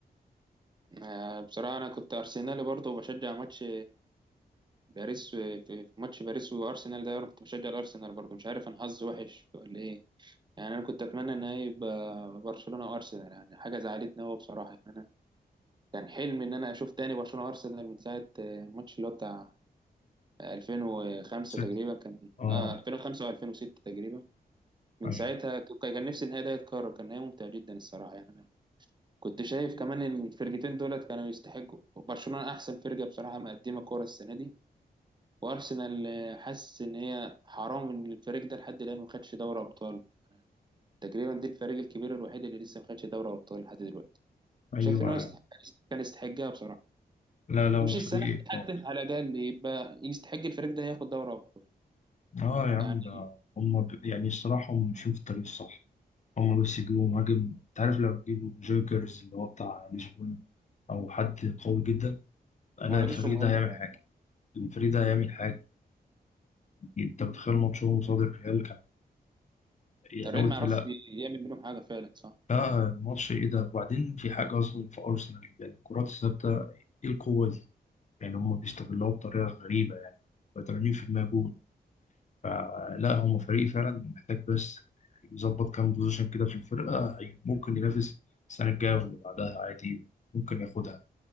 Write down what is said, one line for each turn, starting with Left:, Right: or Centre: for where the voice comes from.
Right: آه، بصراحة أنا كنت أرسنالي برضه وبشجع ماتش باريس في في ماتش باريس وأرسنال ده أنا كنت بشجع الأرسنال برضه مش عارف أنا حظي وحش ولا إيه يعني أنا كنت أتمنى إن هي يبقى برشلونة وأرسنال يعني حاجة زعلتني أوي بصراحة يعني أنا كان حلمي ان انا اشوف تاني برشلونه وارسنال من ساعه آه، الماتش اللي هو بتاع 2005
Left: ست
Right: تقريبا كان
Left: آه
Right: اه 2005 و2006 تقريبا من
Left: أيوه
Right: ساعتها ك- كان نفسي النهائي ده يتكرر كان نهائي ممتع جدا الصراحه يعني انا كنت شايف كمان إن الفرقتين دولت كانوا يستحقوا برشلونه احسن فرقه بصراحه مقدمه كوره السنه دي وارسنال آه، حاسس ان هي حرام ان الفريق ده لحد الان ما خدش دوري ابطال تقريبا دي الفريق الكبير الوحيد اللي لسه ما خدش دوري ابطال لحد دلوقتي
Left: أيوه
Right: شايف ان هو يستحق كان يستحقها بصراحه
Left: لا لا هو
Right: مش
Left: فريق
Right: السنه دي
Left: إقامة
Right: حتى على الاقل يبقى يستحق الفريق ده ياخد دوري ابطال
Left: آه يا عم
Right: يعني
Left: ده هم ب- يعني الصراحة هم ماشيين في الطريق الصح هم بس يجيبوا مهاجم انت عارف لو جيبوا جوكرز اللي هو بتاع لشبونة او حد قوي جدا لا
Right: هو انا
Left: الفريق
Right: لسه مهاجم
Left: ده هيعمل
Right: فعلا
Left: حاجه الفريق ده هيعمل حاجه انت متخيل ماتشهم قصاد الريال كان يعني
Right: الريال
Left: انا قلت
Right: ما يعرفش
Left: لا
Right: يعمل منهم حاجه فعلا صح
Left: لا الماتش ايه ده وبعدين في حاجه اصلا في ارسنال يعني الكرات الثابته ايه القوه دي يعني هم بيستغلوها بطريقه غريبه يعني 80% جول فلا هم فريق فعلا محتاج بس يظبط كام بوزيشن كده في الفرقه هي- ممكن ينافس السنه الجايه واللي بعدها عادي ممكن ياخدها